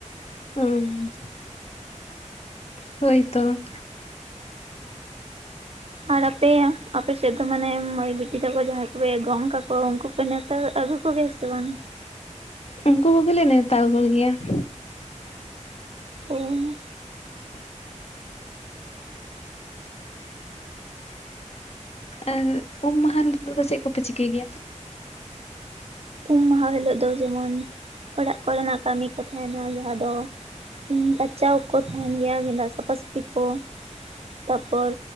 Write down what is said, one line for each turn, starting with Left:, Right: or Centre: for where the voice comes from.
Left: ᱚᱸ ᱦᱳᱭᱛᱚ ᱾
Right: ᱟᱨ ᱟᱯᱮ, ᱟᱯᱮᱥᱮᱫ ᱫᱚ ᱢᱟᱱᱮ ᱢᱟᱹᱭ ᱵᱤᱴᱤ ᱛᱟᱠᱚ ᱡᱟᱦᱟᱸᱭ ᱠᱚᱯᱮ ᱜᱚᱝ ᱠᱟᱠᱚ ᱩᱱᱠᱩ ᱱᱮᱣᱛᱚ ᱟᱹᱜᱩ ᱠᱚ ᱜᱮᱭᱟ ᱥᱮ ᱵᱟᱝ?
Left: ᱩᱱᱠᱩ ᱠᱚᱜᱮᱞᱮ ᱱᱮᱣᱛᱟ ᱠᱚ ᱜᱮᱭᱟ ᱾
Right: ᱚ
Left: <inaudible> ᱟᱨ ᱩᱢ ᱢᱟᱦᱟ ᱦᱤᱞᱳᱜ ᱫᱚ ᱪᱮᱫ ᱠᱚᱯᱮ ᱪᱤᱠᱟᱹᱭ ᱜᱮᱭᱟ?
Right: ᱩᱢ ᱢᱟᱦᱟ ᱦᱤᱞᱳᱜ ᱫᱚ ᱡᱮᱢᱚᱱ ᱚᱲᱟᱜ ᱠᱚᱨᱮᱱᱟᱜ ᱠᱟᱹᱢᱤ ᱠᱚ ᱛᱟᱦᱮᱱᱟ ᱾ᱡᱟᱦᱟᱸ ᱫᱚ ᱜᱟᱪᱟᱣ ᱠᱚ ᱛᱟᱦᱮᱱ ᱜᱮᱭᱟ ᱜᱮᱸᱫᱟᱜ ᱥᱟᱯᱟ ᱥᱟᱹᱯᱷᱤ ᱠᱚ ᱾ ᱛᱟᱯᱚᱨ